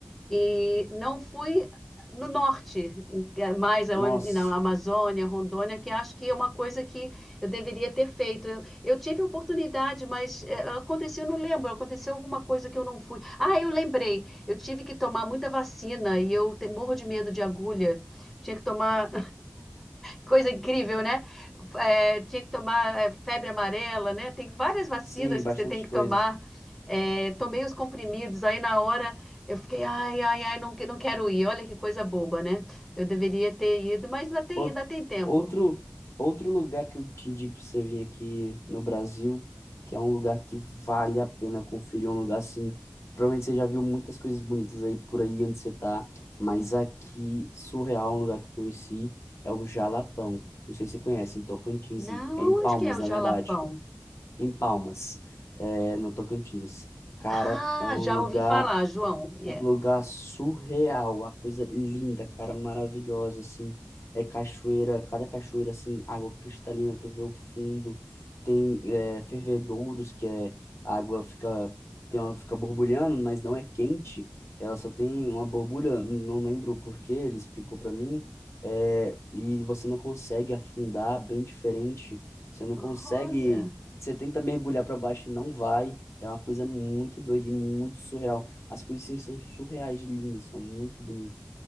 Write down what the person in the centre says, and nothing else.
E não fui no norte, eh, mais aonde-
na Amazônia, Rondônia, que acho que é uma coisa que eu deveria ter feito. Eu, eu tive a oportunidade, mas eh, aconteceu, eu não lembro, aconteceu alguma coisa que eu não fui. Ah, eu lembrei, eu tive que tomar muita vacina e eu te- morro de medo de agulha. Tinha que tomar Coisa incrível, né? É, tinha que tomar é, febre amarela, né? Tem várias vacinas
que você tem que
tomar. É, tomei os comprimidos, aí na hora eu fiquei, ai, ai, ai, não, que- não quero ir. Olha que coisa boba, né? Eu deveria ter ido, mas ainda tem,
ainda tem tempo.
Não,
onde que é o
Jalapão?
Ah,
já
ouvi falar, João. Yeah.
Olha,